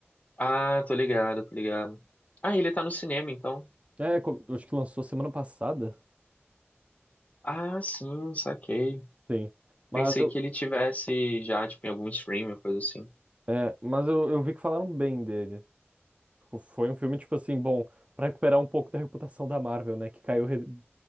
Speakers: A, on the left; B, on the right.
A: Ah, tô ligado, tô ligado. Ah, ele tá no cinema, então.
B: É, co- acho que lançou semana passada.
A: Ah, sim, saquei.
B: Sim. Mas
A: Pensei
B: eu,
A: que ele tivesse já, tipo, em algum stream, coisa assim.
B: é, mas eu, eu vi que falaram bem dele. Tipo, Foi um filme, tipo assim, bom, pra recuperar um pouco da reputação da Marvel, né? Que caiu re-